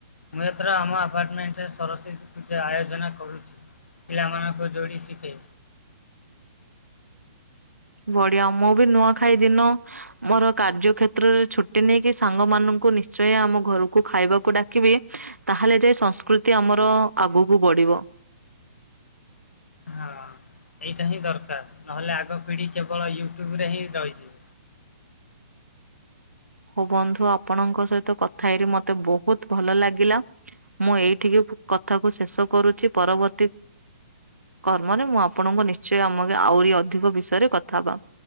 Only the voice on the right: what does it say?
ବଢିଆ ମୁଁ ବି ନୂଆ ଖାଇ ଦିନ। ମୋର କାର୍ଯ୍ୟ କ୍ଷେତ୍ରରେ ଛୁଟି ନେଇକି ସାଙ୍ଗ ମାନଙ୍କୁ ନିଶ୍ଚୟ ଆମ ଘରକୁ ଖାଇବାକୁ ଡାକିବି। ତାହେଲେ ଯାଇ ସଂସ୍କୃତି ଆମର ଆଗକୁ ବଢିବ।
ହଉ ବନ୍ଧୁ ଆପଣଙ୍କ ସହିତ କଥା ହେଇ ମତେ ବହୁତ ଭଲ ଲାଗିଲା। ମୁଁ ଏଇଠିକି କଥାକୁ ଶେଷ କରୁଛି ପରବର୍ତ୍ତୀ କର୍ମରେ ମୁଁ ଆପଣଙ୍କୁ ନିଶ୍ଚୟ ଆମ ଆହୁରି ଅଧିକ ବିଷୟରେ କଥା ହବା।